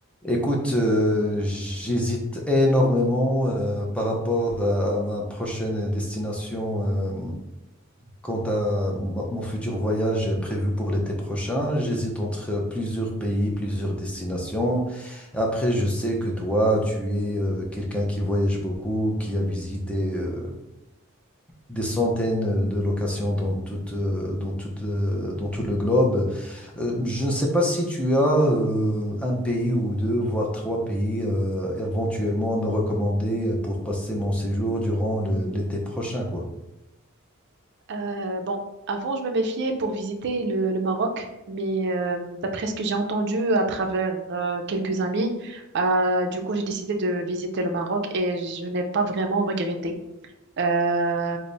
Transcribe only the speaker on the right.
Euh, bon, avant, je me méfiais pour visiter le, le Maroc, mais euh, d'après ce que j'ai entendu à travers euh, quelques amis, euh, du coup, j'ai décidé de visiter le Maroc et je n'ai pas vraiment regretté. Euh,